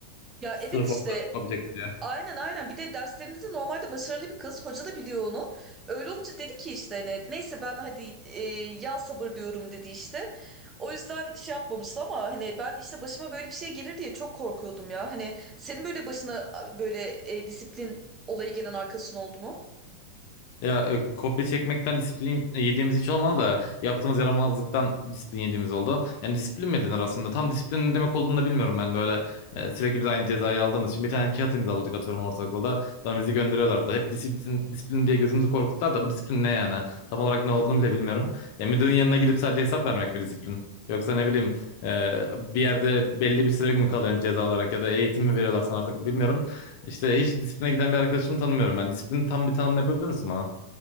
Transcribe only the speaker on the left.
Sırf
orada yapabilecekler ya.
Ya e, kopya çekmekten disiplin yediğimiz hiç olmadı da yaptığımız yaramazlıktan disiplin yediğimiz oldu. Yani disiplin mi denir aslında? Tam disiplin ne demek olduğunu da bilmiyorum ben böyle e, sürekli biz aynı cezayı aldığımız için bir tane kağıt imzaladık atıyorum ortaokulda. Sonra bizi gönderiyorlardı. Hep disiplin, disiplin diye gözümüzü korkuttular da bu disiplin ne yani? Tam olarak ne olduğunu bile bilmiyorum. Ya müdürün yanına gidip sadece hesap vermek mi disiplin? Yoksa ne bileyim e, bir yerde belli bir süre mi kalıyorsun ceza olarak ya da eğitim mi veriyorlar sana artık bilmiyorum. İşte hiç disipline giden bir arkadaşımı tanımıyorum ben. Disiplin tam bir tanımını yapabilir misin bana?